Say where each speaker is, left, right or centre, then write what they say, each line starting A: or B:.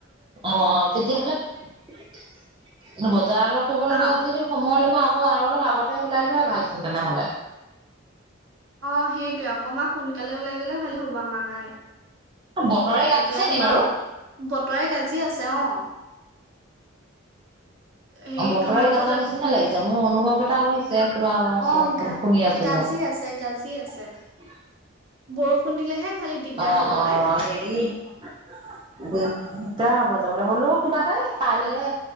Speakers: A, on the right (about 25°); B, on the right (about 65°).
A: অ' তেতিয়াহ'লে বজাৰ অলপ কৰিব লগা
B: অ
A: আছে। যদি সময় অলপ আ আৰু অলপ আগতে ওলাই যোৱা ভাল আছিল। তেনেহ'লে
B: অ' সেইটোয়ে অকমান সোনকালে ওলাই গ'লে ভালে হ'ব আমাৰ গ
A: বতৰে গাজিছে
B: এতিয়া তোমাৰ
A: নি বাৰু
B: বতৰে গাজি আছে অ'। হেৰি
A: বতৰে
B: তোমালোকৰ
A: গাজাৰ
B: তাত
A: নিচিনা লাগিছে। মোৰ অনুভৱ এটা চে তোমাৰ
B: অ', গা
A: শুনি আছো
B: গাজি
A: মই।
B: আছে গাজি আছে বৰষুণ দিলেহে খালি দিগদাৰ
A: আহ
B: হ'ব
A: আহ
B: পাই
A: হেৰি। এতিয়া হ'ব। যাবলৈ হ'লেও কিবা এাই কাইলে